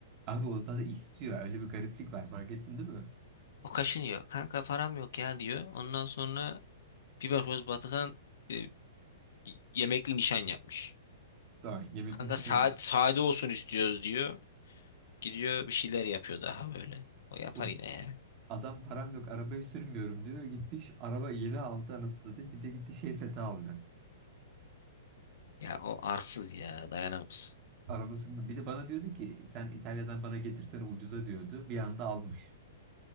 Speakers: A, on the right (about 30°); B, on the left (about 75°).
A: Abi o zaten istiyor. Öyle bir gariplik var. Fark ettin değil mi?
B: O kaşınıyor. Kanka param yok ya diyor. Ondan sonra bir bakıyoruz Batıkan e, yemekli nişan yapmış.
A: Daha yemekini
B: Kanka
A: şey
B: saat
A: yapmış.
B: sade olsun istiyoruz diyor. Gidiyor bir şeyler yapıyor daha böyle. O yapar
A: Oğlum,
B: yine ya.
A: adam param yok arabayı sürmüyorum diyor. Gitmiş araba yeni aldı anasını satayım. Bir de gitti şey seti aldı.
B: Ya o arsız ya dayanamaz.
A: Arabası bir de bana diyordu ki sen İtalya'dan bana getirsene ucuza diyordu. Bir anda almış.